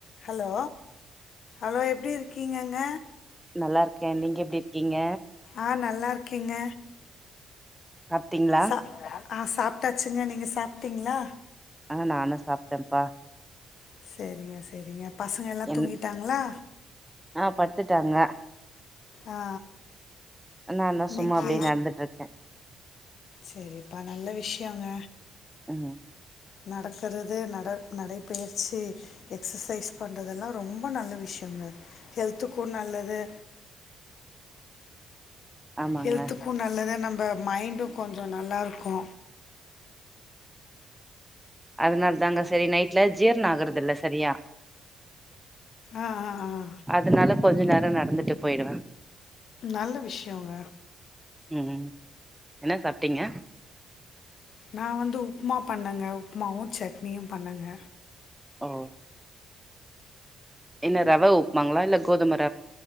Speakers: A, on the left; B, in the centre.
A: Hello hello எப்டி இருக்கீங்கங்க
B: நல்லா இருக்கே நீங்க எப்டி இருக்கீங்க
A: ஆ நல்லா இருக்கேங்க
B: சாப்ட்டீங்ளா
A: சா ஆ சாப்ட்டாச்சுங்க நீங்க சாப்ட்டீங்ளா
B: ஆ நானு சாப்ட்டேம்ப்பா
A: சேரிங்க சேரிங்க பசங்க எல்லா
B: என்
A: தூங்கிட்டாங்களா
B: ஆ படுத்துட்டாங்க
A: ஆ
B: நான்தா
A: இன்னைக்கு
B: சும்மா அப்டியே நடந்துட்டு இருக்கே
A: சேரிப்பா நல்லா விஷ்யோங்க
B: அ
A: நடக்கிறது நட நடைபயிற்சி எக்ஸசைஸ் பண்றதெல்லா ரொம்ப நல்ல விஷ்யோங்க ஹெல்த்துக்கு நல்லது
B: ஆமாங்க
A: ஹெல்த்துக்கு நல்லது நம்ப மைண்டு கொஞ்ச நல்லாருக்கு
B: அதனால தாங்க சேரி நைட்ல ஜீரண ஆகுறதில்ல சரியா
A: ஆ ஆ ஆ
B: அதனால கொஞ்ச நேரம் நடந்துட்டு போயிடுவே
A: நல்ல விஷ்யோங்க
B: ம் ம் என்ன சாப்ட்டீங்க
A: நா வந்து உப்மா பண்ணங்க உப்மாவு சட்னியு பண்ணங்க
B: ஓ என்ன ரவ உப்மாங்களா இல்ல கோதுமர